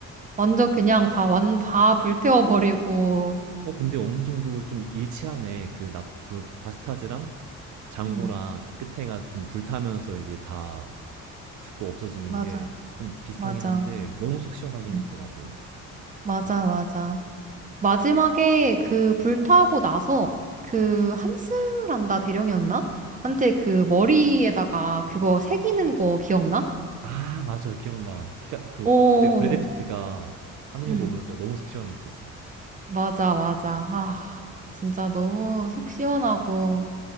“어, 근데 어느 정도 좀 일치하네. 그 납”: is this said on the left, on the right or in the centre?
Right